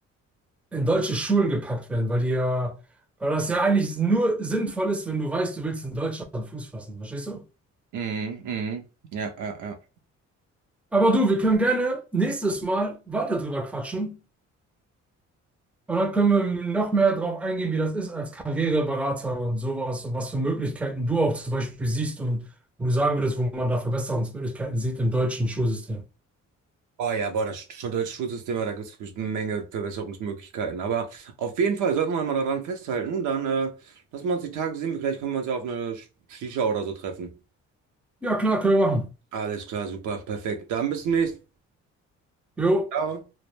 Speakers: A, in the centre; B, on the right (about 75°).
A: in deutsche Schulen gepackt werden, weil die ja, weil das ja eigentlich nur sinnvoll ist, wenn du weißt, du willst in Deutschland Fuß fassen, verstehst du?
B: Mhm, mhm. Ja, ja, ja.
A: Aber du, wir können gerne nächstes Mal weiter drüber quatschen. Und dann können wir noch mehr darauf eingehen, wie das ist als Karriereberater und sowas und was für Möglichkeiten du auch zum Beispiel siehst und wo du sagen würdest, wo man da Verbesserungsmöglichkeiten sieht im deutschen Schulsystem.
B: Oh ja, boah, das Sch- deutsche Schulsystem, da gibt es eine Menge Verbesserungsmöglichkeiten. Aber auf jeden Fall sollten wir mal daran festhalten. Dann äh, lassen wir uns die Tage sehen. Vielleicht können wir uns ja auf eine Sch- Shisha oder so treffen.
A: Ja, klar, können wir machen.
B: Alles klar, super, perfekt. Dann bis zum nächsten Mal.
A: Jo.
B: Ciao.